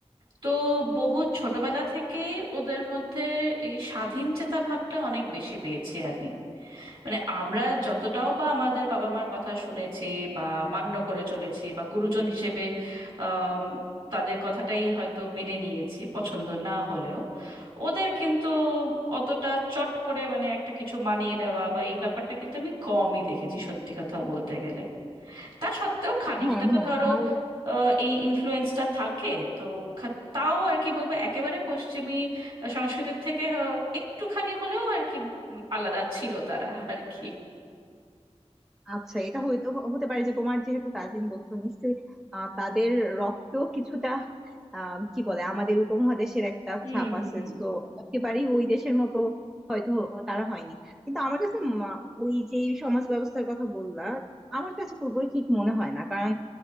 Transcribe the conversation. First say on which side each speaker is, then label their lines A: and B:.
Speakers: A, on the right (about 50°); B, in the centre.
A: তো বহু ছোটবেলা থেকেই ওদের মধ্যে এই স্বাধীন চেতা ভাবটা অনেক বেশি পেয়েছি আমি মানে আমরা যতটাও বা আমাদের বাবা মার কথা শুনেছি বা মান্য করে চলেছি বা গুরুজন হিসেবে আম, তাদের কথাটাই হয়তো মেনে নিয়েছি পছন্দ না হলেও ওদের কিন্তু অতটা চট করে মানে একটা কিছু মানিয়ে নেওয়া বা এই ব্যাপারটা কিন্তু আমি কমই দেখেছি সত্যি কথা বলতে গেলে তা সত্ত্বেও খানিকটা
B: হ্যাঁ
A: তো
B: হ্যাঁ
A: ধরো
B: আর
A: আহ, এই ইনফ্লুয়েন্সটা থাকে তো খা- তাও আর কি বলবো একেবারে পশ্চিমী সংস্কৃতির থেকে আহ, একটুখানি হলেও আর কি উম, আলাদা ছিল তারা আর কি
B: আচ্ছা এটা হইতে হতে পারে যে তোমার যেহেতু কাজিন বলছো নিশ্চয়ই আহ, তাদের রক্ত কিছুটা আহ, কি বলে আমাদের উপমহাদেশের একটা
A: হুম
B: ছাপ
A: হুম
B: আছে
A: হুম
B: তো একেবারেই ওই দেশের মতো হয়তো তারা হয়নি কিন্তু আমার কাছে উম, আহ, ওই যে সমাজ ব্যবস্থার কথা বললা আমার কাছে পুরোপুরি ঠিক মনে হয় না কারণ